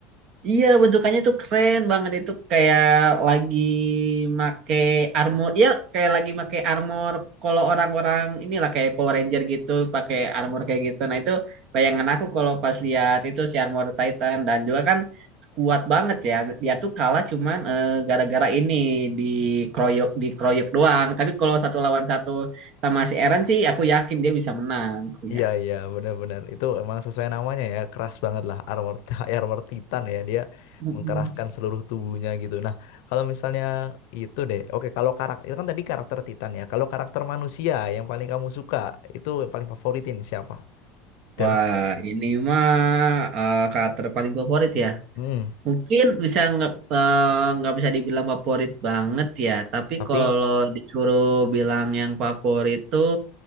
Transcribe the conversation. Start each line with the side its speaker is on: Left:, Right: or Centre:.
Right: Iya, bentukannya tuh keren banget itu kayak lagi make armor. Ya, kayak lagi make armor kalau orang-orang inilah kayak Power Ranger gitu, pakai armor kayak gitu. Nah, itu bayangan aku kalau pas lihat itu si Armor Titan dan juga kan kuat banget ya. Dia tuh kalah cuman eh, gara-gara ini dikeroyok dikeroyok doang. Tapi kalau satu lawan satu sama si Eren sih aku yakin dia bisa menang, aku
Left: Iya
Right: ya.
Left: iya benar-benar itu emang sesuai namanya ya keras banget lah armor <laughs> armor Titan ya dia
Right: Mm-mm.
Left: mengkeraskan seluruh tubuhnya gitu. Nah kalau misalnya itu deh, oke kalau karakter itu kan tadi karakter Titan ya. Kalau karakter manusia yang paling kamu suka itu yang paling favoritin siapa? Dan
Right: Wah, ini mah eh, karakter paling favorit ya.
Left: hmm,
Right: Mungkin bisa nggak eh, nggak bisa dibilang favorit banget ya, tapi
Left: tapi
Right: kalau disuruh bilang yang favorit tuh